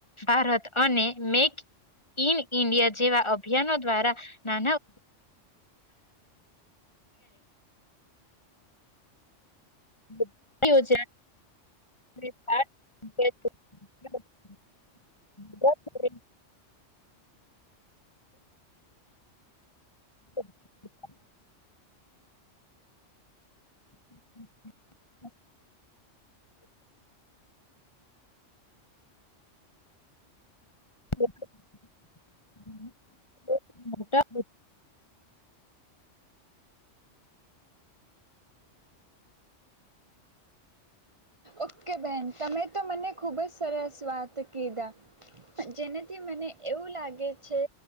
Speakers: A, on the left (about 25°); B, on the right (about 25°).
A: ભારત અને મેક ઇન ઇન્ડિયા જેવા અભિયાનો દ્વારા નાના જ <unintelligible> <inaudible> હ <unintelligible> <inaudible>
B: ઓકે બેન તમે તો મને ખુબ જ સરસ વાત કીધા જેનાથી મને એવું લાગે છે